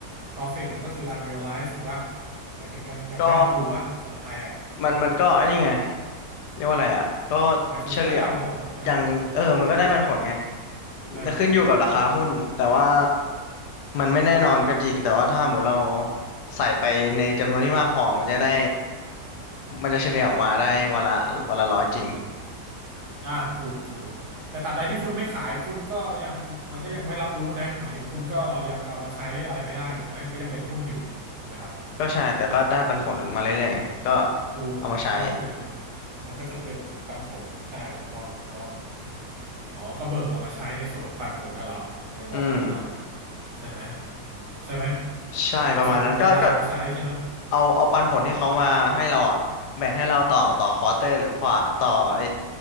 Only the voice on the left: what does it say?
ก็มันมันก็ไอันนี้ไง เรียกว่าอะไรอ่ะก็
เฉลี่ยวอย่างเออมันก็ได้ปันผลไง
ขึ้นอยู่กับราคาหุ้น แต่ว่ามันไม่แน่นอนก็จริง แต่ว่าถ้าหมดเราใส่ไปในจำนวนที่มากพอมันจะได้ มันจะเฉลี่ยออกมาได้วันละวันละร้อยจริง
ก็ใช่แต่ก็ได้ปันผลมาเรื่อยๆไงก็
เอามาใช้
อืม
ใช่ประมาณนั้นก็ก็
เอาเอาปันผลที่เขามาให้เราอ่ะแบ่งให้เราต่อต่อควอเตอร์หรือขวาต่อไอ